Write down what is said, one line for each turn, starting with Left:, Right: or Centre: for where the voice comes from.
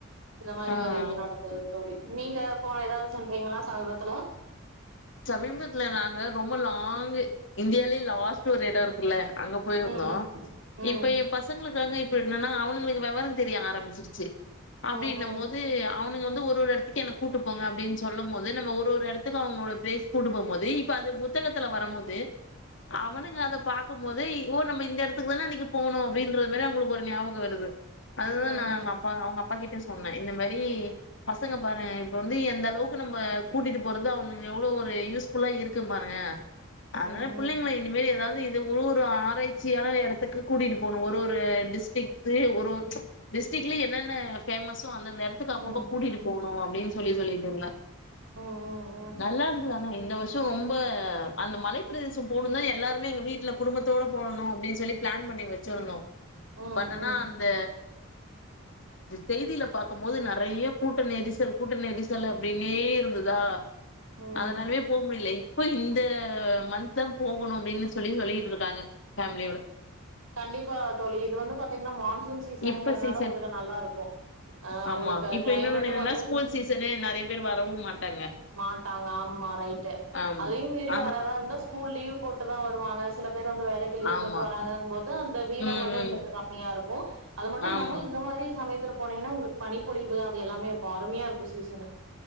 Right: இந்த மாரி
Left: ஆ.
Right: ஒரு இது நடந்தது தோலி நீங்க போன ஏதாவது சென்றீங்களா சமீபத்துல
Left: சமீபத்துல நாங்க ரொம்ப லாங் இந்தியாலே லாஸ்ட் ஒரு எட இருக்குல்ல அங்க போயிருந்தோ
Right: ம் ம்
Left: இப்ப எ பசங்களுக்காங்க இப்ப என்னன்னா அவுனுங்க வெவர தெரிய ஆரம்பிச்சிருச்சு அப்டின்னும்போது
Right: ம் ம்
Left: அவு னுங்க வந்து ஒரு ஒரு எடத்துக்கே என்ன கூட்டு போங்க அப்டின் சொல்லும் போது நம்ம ஒரு ஒரு எடத்துக்கோ அவுங்ளோட பேஸ் கூட்டும் போம்போது இப்ப அது புத் புத்தகத்துல வரும்போது அவனுங்க அத பாக்கும் போது ஓ நம்ம இந்த இந்த இடத்துக்கு தானே அன்னைக்கு போணும் அப்டின்ற மாதிரி அங்களுக்கு ஒரு ஞாபகம் வருது அதுதான்
Right: ம்
Left: நா அப்பா அவுங்க அப் அப்பா கிட்ட சொன்னேன் இந்த மாரி பசங்க பாரு இப்ப வந்து எந்த அளவுக்கு நம்ம கூட்டிட்டு போறத அவனு எவ்ளோ ஒரு யூஸ்ஃபுல்லா இருக்கு பாருங்க அதனால
Right: ம்
Left: பிள்ளைங்களா இனிமேல் ஏதாது இது ஒரு ஒரு ஆராய்ச்சியான இடத்துக்கு கூட்டிட்டு போனும் ஒரு ஒரு டிஸ்டிக் ஒரு டிஸ்டிக்ல என்னென்ன ஃபேமஸோ அந்த இடத்துக்கு அப்போ
Right: ம் ம்
Left: கூட்டிட்டு போணும் அப்டின்னு சொல்லி சொல்லிட்டு இருந்தேன்
Right: உம் உம்
Left: நல்லா இருந்துதானா இந்த வருஷம் ம் ரொம்ப அந்த மலைப்ப பிரதேசம் போணும் தான் எல்லாருமே எங்க வீட்ல குடும்பத்தோட போகணும் அப்டின்னு சொல்லி பிளான் பண்ணி வச்சிருந்தோம்
Right: ம்
Left: பண்ணுனா
Right: ம்
Left: அந்த செய்தியில பாக்கும் போது நெறைய கூட்ட நெரிசல் கூட்ட நெரிசல் அப்டினே இருந்துதா
Right: ம்
Left: அதனாலயே
Right: ம்
Left: போக முடியலை இப்போ இந்த மந்த் தான் போகணும் அப்டின்னு சொல்லி சொல்லிட்டு இருக்காங்க ஃபேமிலியோட
Right: கண்டிப்பா தோழி இது வந்து பாத்தீங்கன்னா மான்சூன் சீசனுங்கனால
Left: இப்ப சீசன்
Right: உங்களுக்கு நல்லா இருக்கும் அஹ்
Left: ஆமா
Right: உங்களுக்கு
Left: இப்ப
Right: கிளைமேட்டும்
Left: இன்னொன்னு என்னன்னா
Right: வந்து
Left: ஸ்கூல் சீசனு <unintelligible> மாட்டாங்க
Right: மாட்டாங்க ஆமா ரைட்டு
Left: ஆமா
Right: அதையும் மீறி
Left: ஆமா
Right: வராதா இருந்தா ஸ்கூல் லீவ் போட்டுதான் வருவாங்க சில பேர் வந்து வேலைக்கு லீவ்
Left: ஆமா
Right: போட்டு வராங்க போது அந்த வீதம்
Left: ம்
Right: வந்து
Left: ம்
Right: உங்களுக்கு கம்மியா இருக்கும் அது மட்டும்
Left: ஆமா
Right: இல்லாம இந்த மாதிரி சமயத்தில போனீங்கன்னா உங்களுக்கு பணி பொழிவு அது எல்லாமே இருக்கும் அருமையா இருக்கும் சீசனு